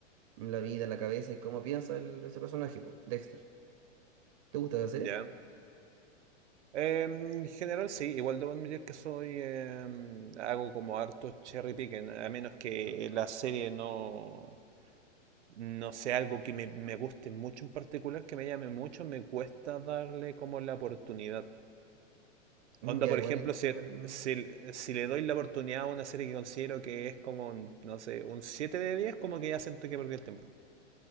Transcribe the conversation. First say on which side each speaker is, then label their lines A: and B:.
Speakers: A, on the right; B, on the right.
A: la vida, la cabeza y cómo piensa el- ese personaje, pues, Dexter. ¿Te gusta la serie?
B: ya. Em, en general sí, igual debo admitir que soy em, hago como harto cherry picking, a menos que la serie no no sea algo que me, me guste mucho en particular, que me llame mucho, me cuesta darle como la oportunidad.
A: Mm,
B: Onda,
A: Ya,
B: por
A: igual,
B: ejemplo,
A: en-
B: si,
A: igual.
B: si, si le doy la oportunidad a una serie que considero que es como, un, no sé, un 7 de 10, como que ya siento que perdí el tiempo.